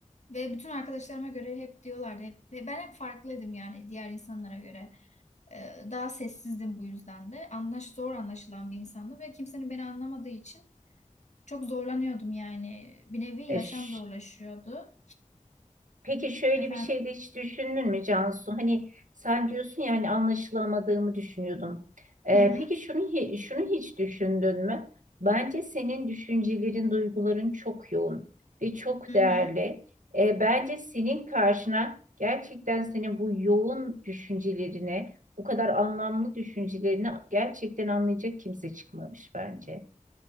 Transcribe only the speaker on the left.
ve bütün arkadaşlarıma göre hep diyorlardı. Hep, ve ben hep farklıydım yani diğer insanlara göre. E, daha sessizdim bu yüzden de. Anlaş, zor anlaşılan bir insandım ve kimsenin beni anlamadığı için Çok zorlanıyordum yani. Bir nevi yaşam
zorlaşıyordu.
Efendim?
Hı hı.
Hı hı.